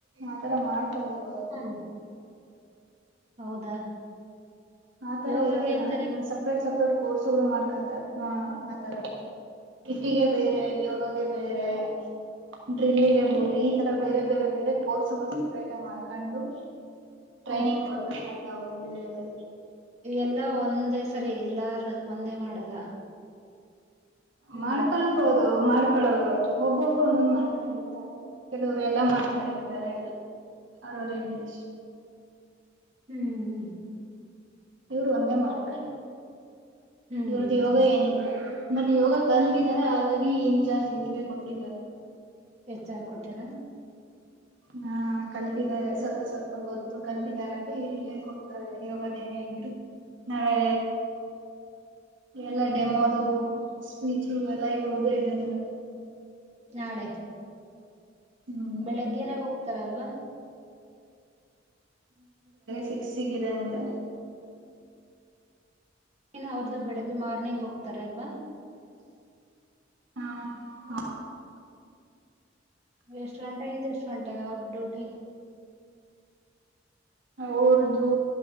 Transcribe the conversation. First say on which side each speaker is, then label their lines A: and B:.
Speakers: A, on the right; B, on the right.
A: ಆತರ ಮಾಡ್ಕೊಬೇಕ್ ಅವ್ರು
B: ಹ್ಮ್ ಹೌದಾ
A: ಆತರ
B: ಯೋಗಗೆ
A: ಇರಲ್ಲ
B: ಅಂತಾನೆ
A: ಸಪ್ರೇಟ್ ಸಪ್ರೇಟ್ ಕೋರ್ಸ್ಗಳು ಮಾಡ್ಕಂತಾರೆ ಹಾ ಆತರ ಹಿಟ್ಟಿಗೆ
B: ಹ್ಮ್
A: ಬೇರೆ ಯೋಗಾಗ ಬೇರೆ ಡ್ರಿಲ್ಲಿಗೆ ಬೇರೆ ಈ ತರ ಬೇರೆ ಬೇರೆ ಬೇರೆ ಕೋರ್ಸ್ಗಳು ಸಪ್ರೇಟಗ್ ಮಾಡ್ಕಂಡು ಟ್ರೈನಿಂಗ್
B: ಹ್ಮ್
A: ಕೊಡ್ತ---ಅವ್ರ್ ಲ್ಲಿರ ಅವ್ರೆ
B: ಎಲ್ಲಾ ಒಂದೇ ಸರಿ ಎಲ್ಲಾರು ಒಂದೇ ಮಾಡಲ್ಲ ಹ್ಮ್
A: ಮಾಡ್ಕಳ್ಬೋದು ಮಾಡ್ ಕಳವ್ರು ಒಬ್ಬೊಬ್ರು ಒಂದೊಂದ್ ಮಾಡ್ಕಂಡಿರ್ತಾರೆ ಕೆಲವ್ರು ಎಲ್ಲಾ ಮಾಡ್ಕಂಡಿರ್ತಾರೆ ಎಲ್ಲ ಅರೌರ್ ಇಂಟ್ರಷ್ಟು
B: ಹ್ಮ್ ಹ್ಮ್ಮ್ ಹ್ಮ್
A: ಇವ್ರು ಒಂದೇ ಮಾಡ್ಕಂಡಿದು
B: ಹ್ಮ್
A: ಇವ್ರ್ದ್ ಯೋಗ ಏನಿಲ್ಲ ಮತ್ತೆ ಯೋಗ ಕಲ್ತಿದಾರ ಹಾಗಾಗಿ ಇನ್ಚಾರ್ಜ್ ಇವ್ರಿಗೆ ಕೊಟ್ಟಿದ್ದಾರೆ
B: ಹೆಚ್ ಆರ್ ಕೊಟ್ಯರ
A: ಹಾ ಕಲ್ತಿದ್ದಾರೆ ಸ್ವಲ್ಪ್ ಲ್ಪ ಸ್ವಲ್ಪ ಗೊತ್ತು ಕಲ್ತಿದಾರ ಅಂತ ಇಲ್ಲಿ ಹೇಳ್ಕೊಡ್ತಾರೆ ಯೋಗದೇನೆ ಇದ್ರು ನಾಳೆ ಎಲ್ಲ ಡೆಮೊ ದು ಸ್ಪೀಚಿಂಗ್ ಎಲ್ಲ ಇವ್ರ್ದೆ ಇದೆ ನಾಳೆ
B: ನಾಳೆ
A: ಹ್ಮ್
B: ಬೆಳಗ್ಗೆನೇ ಹೋಗ್ತಾರಲ್ವಾ
A: ಸಿಕ್ಸಿಗೆರೆ ಅಂತೆ
B: ಏನ್ ಅವ್ರ್ದು ಬೆಳಿಗ್ಗೆ ಮಾರ್ನಿಂಗ್ ಹೋಗ್ತಾರೆ ಅಲ್ವಾ
A: ಹಾ ಹ
B: ಎಷ್ಟ್ಗಂಟೆ ಇಂದ ಎಷ್ಟ್ಗಂಟೆ ಅವ್ರ್ ಡ್ಯೂಟಿ
A: ಔರ್ದು